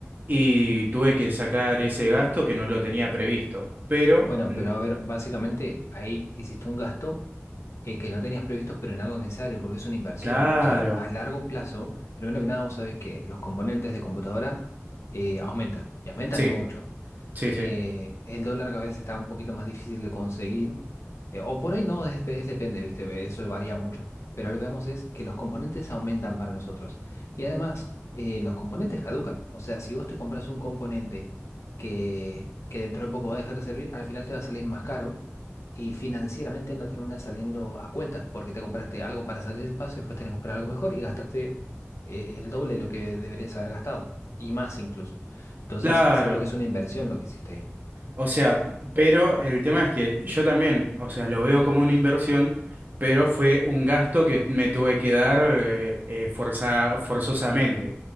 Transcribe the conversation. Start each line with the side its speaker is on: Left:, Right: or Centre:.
Right: y tuve que sacar ese gasto que no lo tenía previsto. Pero,
Left: Bueno,
Right: mm,
Left: pero a ver, básicamente ahí hiciste un gasto eh, que no tenías previsto, pero en algo necesario, porque es una inversión.
Right: claro,
Left: O sea, a largo plazo, primero que nada, vos sabés que los componentes de computadora eh, aumentan, y aumentan
Right: sí,
Left: mucho
Right: sí,
Left: eh,
Right: sí,
Left: el dólar que a veces está un poquito más difícil de conseguir, eh, o por ahí no, es, es depende, ¿viste? ve, Eso varía mucho, pero lo que vemos es que los componentes aumentan para nosotros. Y además, eh, los componentes caducan, o sea, si vos te compras un componente que, que dentro de poco va a dejar de servir, al final te va a salir más caro y financieramente no termina saliendo a cuenta, porque te compraste algo para salir del paso y después tenés que comprar algo mejor y gastaste, eh, el doble de lo que deberías haber gastado, y más incluso. Entonces,
Right: claro.
Left: siento que es una inversión lo que hiciste ahí.
Right: O sea, pero el tema es que yo también, o sea, lo veo como una inversión, pero fue un gasto que me tuve que dar eh, eh, forza- forzosamente,